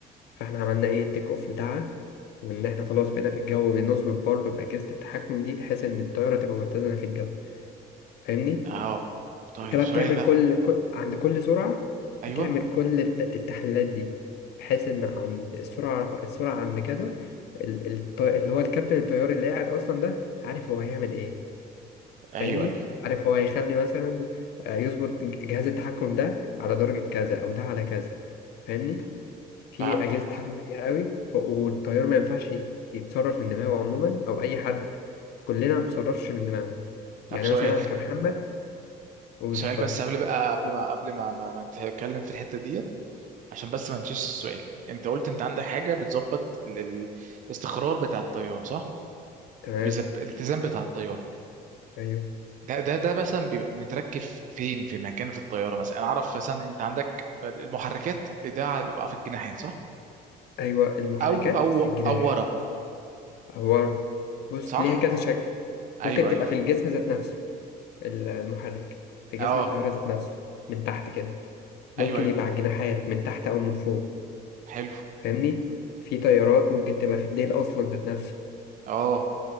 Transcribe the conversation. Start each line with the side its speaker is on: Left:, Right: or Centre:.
Left: فاحنا عملنا ايه التيك اوف بتاعها وان احنا خلاص بقينا في الجو بنظبط برضه باجهزه التحكم دي بحيث ان الطياره تبقى متزنه في الجو فاهمني
Right: اه طيب
Left: انت بقى
Right: سؤال
Left: بتعمل
Right: بقى
Left: كل كل- عند كل سرعة
Right: ايوه
Left: بتعمل كل الت- التحليلات دي بحيث ان عند السرعة السرعة عند كذا ال- الط- اللي هو الكابتن الطيار اللي قاعد اصلا ده عارف هو هيعمل ايه
Right: ايوه
Left: فاهمني
Right: ايوه
Left: عارف هو هيخلي مثلا آه، يظبط جهاز التحكم ده على درجة كذا او ده على كذا فاهمني في
Right: فهمتك
Left: اجهزة تحكم كتير قوي ف- والطيار ما ينفعش يتصرف من دماغه عموما او اي حد كلنا ما بنتصرفش من دماغنا
Right: طب
Left: يعني
Right: سؤال
Left: مثلا كمحمد قول
Right: سؤال
Left: اتفضل
Right: بس قبل بقى قبل ما قبل ما ما, ما نتكلم في الحتة ديت عشان بس ما نشيش السؤال انت قلت انت عندك حاجة بتظبط ال- ال- الاستقرار بتاع الطيارة صح؟
Left: تمام
Right: بيزب... الاتزان بتاع الطيارة
Left: أيوه
Right: ده ده ده مثلا بيبقى متركب فين في مكان في الطيارة مثلا انا اعرف مثلا انت عندك المحركات ده بيبقى في الجناحات صح؟
Left: أيوه المحركات
Right: او او
Left: في الجناح
Right: او ورا
Left: عبارة بص
Right: صح
Left: ليها كذا شكل
Right: ايوه
Left: ممكن تبقى
Right: ايوه
Left: في الجسم ذات نفسه ال- المحرك في
Right: اه
Left: جسم الطيارة ذات نفسه من تحت كده ممكن
Right: ايوه ايوه
Left: يبقى على الجناحات من تحت أو من فوق
Right: حلو
Left: فاهمني في طيارات ممكن تبقى في الديل أصلا ذات نفسه
Right: اه